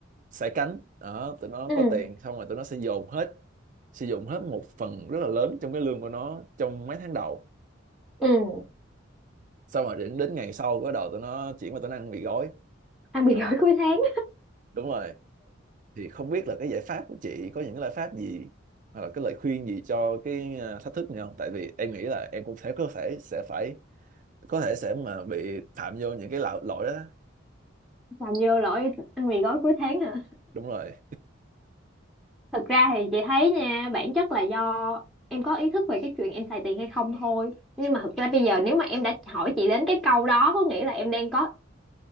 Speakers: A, on the right (about 40°); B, in the centre.
A: sải cánh đó tụi nó
B: ừ
A: có tiền xong rồi tụi nó sẽ dồn hết sử dụng hết một phần rất là lớn trong cái lương của nó trong mấy tháng đầu
B: ừ
A: xong rồi đến, đến ngày sau cái đầu tụi nó chuyển qua tụi nó ăn mì gói
B: ăn mì
A: đó
B: gói cuối tháng
A: đúng rồi thì không biết là cái giải pháp của chị có những cái giải pháp gì hoặc là cái lời khuyên gì cho cái à, thách thức này không tại vì em nghĩ là em cũng sẽ có thể sẽ phải có thể sẽ mà bị phạm vô những cái lỗi lỗi đó
B: Làm vô lỗi ăn mì gói cuối tháng hả?
A: đúng rồi
B: Thực ra thì chị thấy nha, bản chất là do em có ý thức về cái chuyện em xài tiền hay không thôi. Nhưng mà thực ra bây giờ nếu mà em đã hỏi chị đến cái câu đó có nghĩa là em đang có